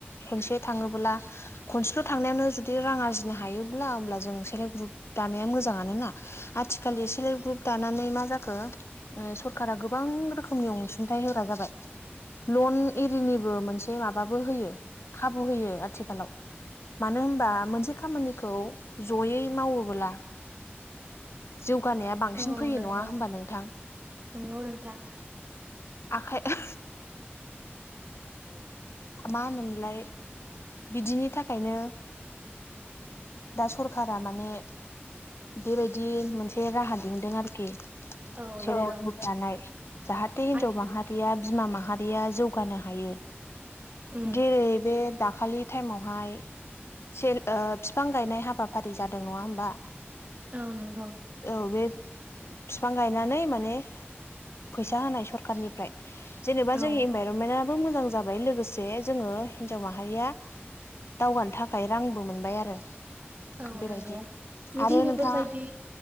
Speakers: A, on the left; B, on the right.
A: खनसे थाङोब्ला खनसेल' थांनायावानो जुदि रां आरजिनो हायोब्ला होमब्ला जों सेल्प हेल्प ग्रुप दानाया मोजांआनोना। आथिखाललि सेल्फ हेल्प ग्रुप दानानै मा जाखो ओ सरकारा गोबां रोखोमनि अनसुंथाइ होग्रा जाबाय। लन एरिनिबो मोनसे माबाबो होयो खाबु होयो आथिखालाव। मानो होनबा मोनसे खामानिखौ जयै मावोबोला जौगानाया बांसिन
B: औ
A: फैयो
B: नोंगौ,
A: नङा होमबा नोंथां
B: नोंगौ नोंथां।
A: आखाइ
B: औ
A: मा होनोमोनलाय बिदिनि थाखायनो दा सरखारा माने बेबायदि मोनसे राहा दिहुनदों आरोखि। <unintelligible>
B: औ नंगौ
A: जानाय जाहाथे हिनजाव
B: आथिखाल
A: माहारि या बिमा माहारिया जौगानो हायो।
B: उम
A: जेरै बे दाखालि टाइमावहाय सेर ओ फिफां गायनाय हाबाफारि जादों नङा होमबा?
B: औ नंगौ।
A: औ बे फिफां गायनानै माने फैसा हानाय सरखारनिफ्राय जेनेबा
B: औ
A: जोंनि इनभाइरमेन्टआबो मोजां जाबाय लोगोसे जे जोङो हिनजाव माहारिया दावगानो थाखाय रांबो मोनबाय आरो।
B: औ
A: बेबायदि
B: नंगौ जुदि
A: आरो
B: बेफोरबायदि
A: नोंथाङा